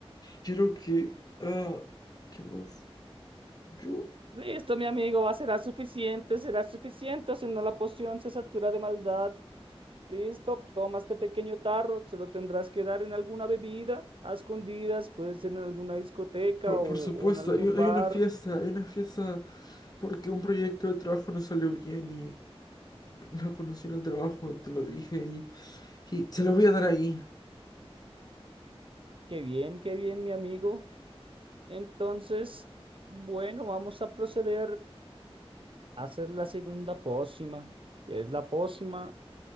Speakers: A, on the left; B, on the right.
A: Quiero que... Ah, ¿qué más? Yo...
B: Listo, mi amigo, va, será suficiente, será suficiente, o si no la poción se satura de maldad. Listo, toma este pequeño tarro, se lo tendrás que dar en alguna bebida, a escondidas, puede ser en alguna discoteca
A: Por,
B: o,
A: por supuesto,
B: o en algún
A: hay, hay
B: bar.
A: una fiesta, hay una fiesta porque un proyecto de trabajo no salió bien y la conocí en el trabajo, te lo dije, y Y se lo voy a dar ahí.
B: Qué bien, qué bien, mi amigo. Entonces, bueno, vamos a proceder a hacer la segunda pócima, que es la pócima